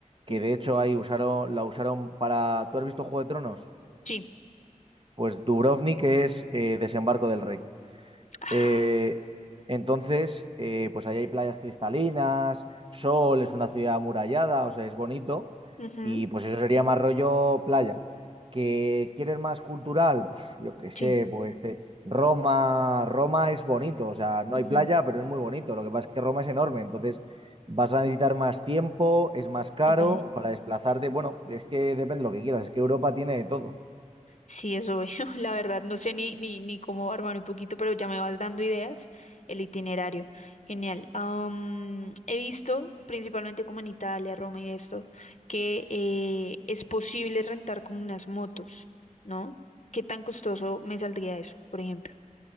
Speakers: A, on the right; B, on the left.
A: que
B: ujú.
A: de hecho ahí usaron, la usaron para... ¿Tú has visto Juego de Tronos?
B: Sí.
A: Pues Dubrovnik es eh, Desembarco del Rey.
B: Ah,
A: Eh, entonces, eh, pues ahí hay playas cristalinas, sol, es una ciudad amurallada, o sea, es bonito.
B: ujú,
A: Y pues eso sería más rollo playa. ¿Que quieres más cultural? Pf, yo qué sé,
B: sí.
A: pues te- Roma, Roma es bonito, o sea, no
B: ujú,
A: hay playa, pero es muy bonito. Lo que pasa es que Roma es enorme, entonces vas a necesitar más tiempo, es más caro
B: Ok.
A: para desplazarte. Bueno, es que depende de lo que quieras, es que Europa tiene de todo.
B: Sí, eso veo. <laughs> La verdad, no sé ni, ni, ni cómo armar un poquito, pero ya me vas dando ideas. El itinerario. Genial. Am, he visto, principalmente como en Italia, Roma y esto, que eh, es posible rentar como unas motos, ¿no? ¿Qué tan costoso me saldría eso, por ejemplo?